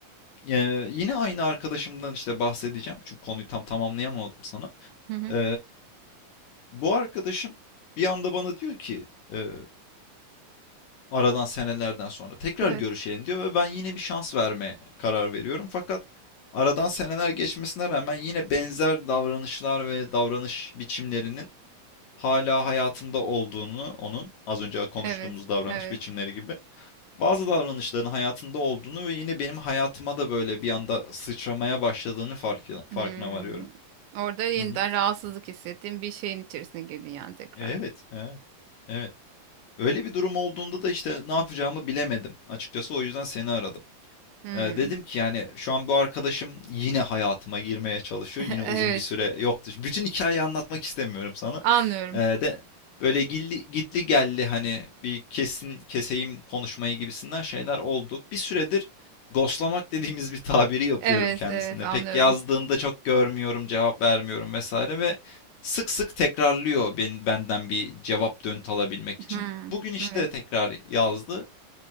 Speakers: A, on the left; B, on the right.
A: Eee, yine aynı arkadaşımdan işte bahsedeceğim çünkü konuyu tam tamamlayamadım sana.
B: Hı hı.
A: E, bu arkadaşım bir anda bana diyor ki, eee, aradan senelerden sonra tekrar
B: Evet.
A: görüşelim diyor ve ben yine bir şans vermeye karar veriyorum. Fakat aradan seneler geçmesine rağmen yine benzer davranışlar ve davranış biçimlerinin hala hayatında olduğunu, onun az önce konuştuğumuz
B: Evet.
A: davranış
B: Evet.
A: biçimleri gibi bazı davranışların hayatında olduğunu ve yine benim hayatıma da böyle bir anda sıçramaya başladığını farkına,
B: Hmm.
A: farkına varıyorum.
B: Orada yeniden
A: Hı hı.
B: rahatsızlık hissettiğim bir şeyin içerisine girdin yani tekrar.
A: E, Evet, evet, evet. Öyle bir durum olduğunda da işte ne yapacağımı bilemedim. Açıkçası o yüzden seni aradım.
B: Hmm.
A: Ee, dedim ki yani şu an bu arkadaşım yine hayatıma girmeye çalışıyor.
B: <laughs>
A: Yine uzun
B: Evet.
A: bir süre yoktu. Bütün hikayeyi anlatmak istemiyorum sana.
B: Anlıyorum.
A: Ee, de böyle gilli, gitli gelli hani bir kesin keseyim konuşmayı gibisinden şeyler oldu. Bir süredir ghostlamak dediğimiz bir tabiri yapıyorum
B: Evet,
A: kendisine.
B: evet anlıyorum.
A: Pek yazdığında çok görmüyorum, cevap vermiyorum vesaire ve sık sık tekrarlıyor ben, benden bir cevap dönt alabilmek için.
B: Hmm.
A: Bugün işte
B: Evet.
A: tekrar yazdı.